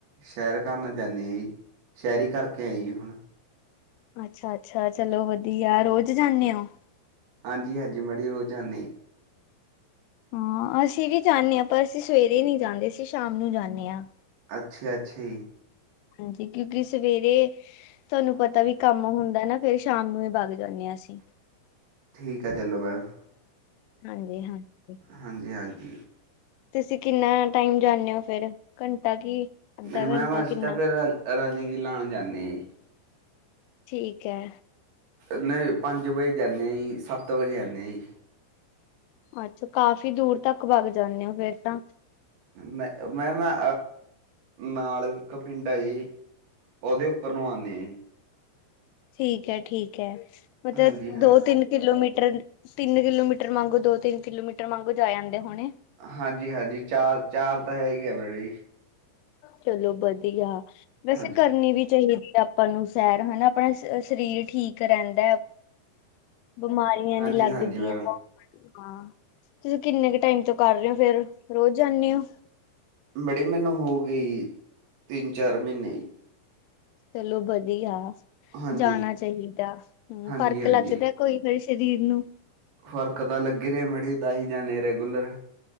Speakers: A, on the right (about 65°); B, on the left (about 85°).
A: ਸੈ਼ਹਰ ਕਾਮ ਜਾਂਨੇ ਆਂ ਈ ਸੈ਼ਹਰੀ ਕਾਰਕੇ ਆਈਏ ਹੁਣ
B: ਅੱਛਾ, ਅੱਛਾ ਚਲੋ ਵਦੀਆ ਰੋਜ ਜਾਂਨੇ ਓ?
A: ਹਾਂਜੀ, ਹਾਂਜੀ ਮਾੜੀ ਰੋਜ਼ ਜਾਂਦੇ।
B: ਹਾਂ, ਅਸੀ ਵੀ ਜਾਂਦੇ ਆ ਪਰ ਅਸੀ ਸਵੇਰੇ ਨੀ ਜਾਂਦੇ, ਅਸੀ ਸ਼ਾਮ ਨੂੰ ਜਾਂਦੇ ਆ।
A: ਅੱਛਾ, ਅੱਛਾ।
B: ਹਾਂਜੀ, ਕਿਉਂਕਿ ਸਵੇਰੇ ਤੁਹਾਨੂੰ ਪਤਾ ਵੀ ਕੰਮ ਹੁੰਦਾ ਨਾ ਫੇਰ ਸ਼ਾਮ ਨੂੰ ਈ ਬਗ ਜਾਂਦੇ ਆ ਅਸੀ।
A: ਠੀਕ ਐ ਚਲੋ ਮੈਮ,
B: ਹਾਂਜੀ-ਹਾਂਜੀ।
A: ਹਾਂਜੀ-ਹਾਂਜੀ।
B: ਤੁਸੀ ਕਿੰਨਾ ਟਾਈਮ ਜਾਂਦੇ ਓ ਫੇਰ, ਘੰਟਾ ਕੀ? ਅੱਧਾ
A: ਨਹੀ
B: ਘੰਟਾ
A: ਮੈਮ ਅਸੀ
B: ਕਿੰਨਾ?
A: ਤਾਂ ਫੇਰ, ਰਨਿੰਗ ਈ ਲਾਉਣ ਜਾਂਦੇਆ ਈ
B: ਠੀਕ ਐ।
A: ਨਹੀ ਪੰਜ ਵਜੇ ਜਾਂਦੇ ਆ ਈ ਸੱਤ ਵਜੇ ਆਉਦੇ ਆ ਈ।
B: ਅੱਛਾ ਕਾਫ਼ੀ ਦੂਰ ਤਾਕ ਬਾੱਗ ਜਾਨੇ ਓ ਫੇਰ ਤਾਂ।
A: ਮੇ ਮੈਮ ਅ ਨਾਲ ਇਕ ਪਿੰਡ ਐ ਜੀ ਓਹਦੇ ਉਪਰ ਨੂੰ ਆਉਦੇ ਆ ਈ।
B: ਠੀਕ, ਠੀਕ ਮਤਲਬ
A: ਜੀ ਹਾਂਜੀ ਹਾਂ
B: ਦੋ-ਤਿੰਨ ਕਿਲੋਮੀਟਰ। ਤਿੰਨ ਕਿਲੋਮੀਟਰ ਮਾਂਗੋ ਦੋ- ਤਿੰਨ ਕਿਲੋਮੀਟਰ ਮਾਂਗੋ ਜਾ ਆਂਉਦੇ ਹੋਣੇ?
A: ਹਾਂਜੀ, ਹਾਂਜੀ ਚਾਰ, ਚਾਰ ਤਾਂ ਹੈ ਈ ਐ ਮੈਡਮ ਜੀ।
B: ਚਲੋ ਵਧੀਆ, ਵੈਸੇ
A: ਹਾਂਜੀ,
B: ਕਰਨੀ ਵੀ ਚਾਹੀਦੀ। ਆਪਾਂ ਨੂੰ ਸੈਰ ਹਨਾ ਅਪਣਾ ਸਰੀਰ, ਸ਼ਰੀਰ ਠੀਕ ਰਹਿੰਦਾ ਐ ਬਿਮਾਰੀਆਂ
A: ਹਾਂਜੀ-ਹਾਂਜੀ
B: ਨੀ ਲੱਗਦੀਆਂ
A: ਮੈਮ।
B: ਓ। ਹਾਂ ਤੁਸੀ ਕਿੰਨੇ ਕ ਟਾਈਮ ਤੋਂ ਕਰ ਰਹੇ ਓ ਫੇਰ, ਰੋਜ ਜਾਂਦੇ ਓ?
A: ਬੜੇ ਮੈਨੂੰ ਹੋ ਗਈ ਤਿੰਨ- ਚਾਰ ਮਹੀਨੇ
B: ਚਲੋ ਵਧੀਆ,
A: ਹਾਂਜੀ,
B: ਜਾਣਾ ਚਾਹੀਦਾ, ਹਮ
A: ਹਾਂਜੀ-ਹਾਂਜੀ।
B: ਫ਼ਰਕ ਲੱਗਦਾ ਕੋਈ ਨਾ ਸਰੀਰ ਨੂੰ।
A: ਫ਼ਰਕ ਤਾਂ ਲੱਗ ਰਹੇ ਮੜੇ ਤਾਂ ਹੀ ਜਾਂਦੇ ਰੈਗੂਲਰ।